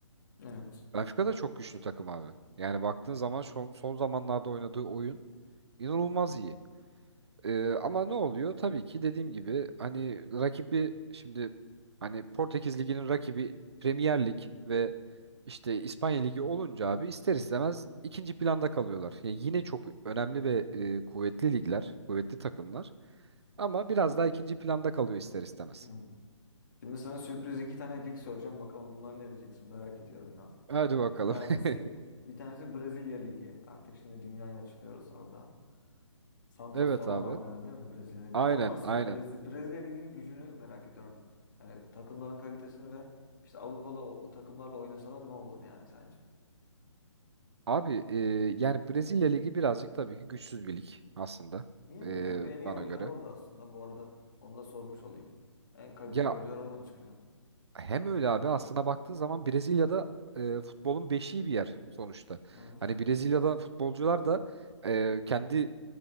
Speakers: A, on the left (about 40°); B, on the right (about 60°).
A: Evet.
B: Benfica da çok güçlü takım abi. Yani baktığın zaman son, son zamanlarda oynadığı oyun inanılmaz iyi. Ee, ama ne oluyor? Tabii ki dediğim gibi hani rakibi şimdi hani Portekiz Ligi'nin rakibi Premier Lig ve işte İspanya Ligi olunca abi ister
A: Hı
B: istemez
A: hı.
B: ikinci planda kalıyorlar. Yani yine çok önemli ve e, kuvvetli ligler, kuvvetli takımlar ama biraz daha ikinci planda kalıyor ister istemez.
A: Hı. Şimdi sana sürpriz iki tane lig soracağım. Bakalım bunları ne diyeceksin merak ediyorum ya.
B: Hadi bakalım.
A: Bir tanesi
B: <laughs>
A: bir tanesi Brezilya Ligi. Artık şimdi dünyaya açılıyoruz orada. Santos
B: Evet
A: falan
B: abi.
A: vardı herhalde değil mi Brezilya Ligi'nde?
B: Aynen,
A: O nasıl?
B: aynen.
A: Brez- Brezilya Ligi'nin gücünü merak ediyorum. Yani takımların kalitesini ve işte Avrupalı o- takımlarla oynasalar ne olur yani sence?
B: Abi e, yani Brezilya Ligi birazcık tabii ki güçsüz bir lig aslında
A: Niye
B: e,
A: böyle abi? En iyi
B: bana
A: oyuncular
B: göre.
A: orada aslında bu arada. Onu da sormuş olayım. En kaliteli
B: Ya
A: oyuncular oradan çıkıyor.
B: Hem öyle abi aslına baktığın zaman Brezilya'da e, futbolun beşiği bir yer sonuçta.
A: Evet.
B: Hani Brezilya'da futbolcular da e, kendi